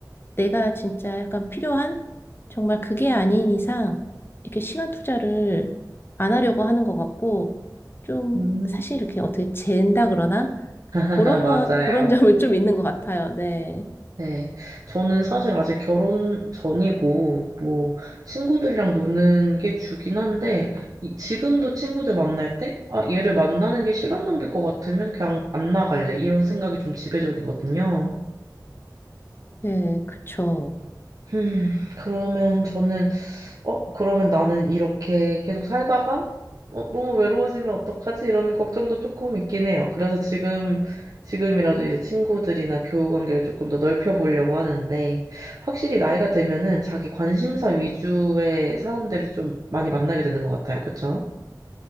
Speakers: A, on the left; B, on the right.
A: 내가 진짜 약간 필요한 정말 그게 아닌 이상 이렇게 시간 투자를 안 하려고 하는 것 같고 좀
B: 음.
A: 사실 이렇게 어떻게 잰다 그러나
B: <laughs>
A: 그런
B: 맞아요.
A: 건 그런 <laughs> 점은 좀 있는 것 같아요. 네,
B: 네, 저는 사실 아직 결혼 전이고, 뭐, 친구들이랑 노는 게 주긴 한데, 이- 지금도 친구들 만날 때, 아, 얘를 만나는 게 시간 낭비일 것 같으면 그냥 안 나갈래. 이런 생각이 좀 지배적이거든요.
A: 네, 그쵸.
B: 음, 그러면 저는 어, 그러면 나는 이렇게 계속 살다가 어, 너무 외로워지면 어떡하지? 이런 걱정도 조금 있긴 해요. 그래서 지금 지금이라도 이제 친구들이나 교우 관계를 조금 더 넓혀 보려고 하는데 확실히 나이가 되면은 자기 관심사 위주의 사람들을 좀 많이 만나게 되는 것 같아요. 그쵸?